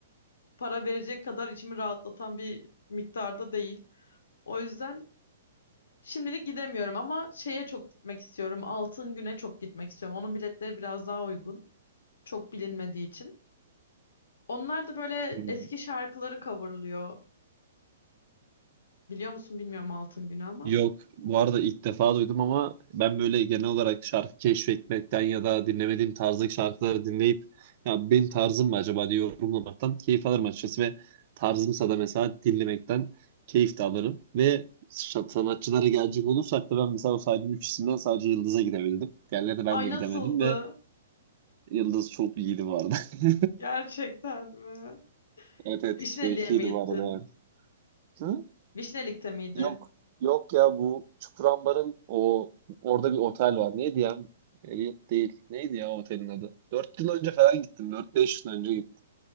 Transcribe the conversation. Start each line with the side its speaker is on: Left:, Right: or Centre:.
Left: para verecek kadar içimi rahatlatan bir miktarda değil. O yüzden Şimdilik gidemiyorum ama şeye çok gitmek istiyorum. Altın Gün'e çok gitmek istiyorum. Onun biletleri biraz daha uygun. Çok bilinmediği için. Onlar da böyle
Right: Hmm.
Left: eski şarkıları coverlıyor. Biliyor musun bilmiyorum Altın Gün'ü ama.
Right: Yok, bu arada ilk defa duydum ama ben böyle genel olarak şarkı keşfetmekten ya da dinlemediğim tarzdaki şarkıları dinleyip ya benim tarzım mı acaba diye yorumlamaktan keyif alırım açıkçası ve tarzımsa da mesela dinlemekten keyif de alırım. Ve şa- sanatçılara gelecek olursak da ben mesela o saydığım üç isimden sadece Yıldız'a gidebildim. Diğerlerine ben
Left: Ay
Right: de
Left: nasıldı?
Right: gidemedim ve Yıldız çok iyiydi bu arada. <laughs>
Left: Gerçekten mi?
Right: Evet evet
Left: Vişneli'ye
Right: keyifliydi
Left: mi gittin?
Right: bu arada yani. Hı?
Left: Vişnelik'te miydi?
Right: Yok yok ya bu Çukurambar'ın o orada bir otel var. Neydi ya? Elliot değil. Neydi ya otelin adı? 4 yıl önce falan gittim. dört beş yıl önce gittim.